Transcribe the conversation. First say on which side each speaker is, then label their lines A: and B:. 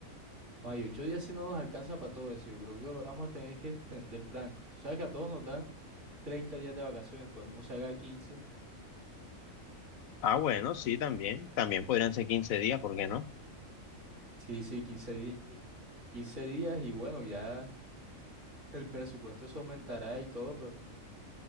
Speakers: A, on the right; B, on the left.
A: Ay, ocho días si no nos alcanza para todo eso. Yo creo que vamos a tener que extender el plan. Tú sabes que a todos nos dan treinta días de vacaciones, podemos sacar quince.
B: Ah, bueno, sí, también. También podrían ser quince días, ¿por qué no?
A: Sí, sí, 15 días. quince días y bueno, ya el presupuesto se aumentará y todo, pero,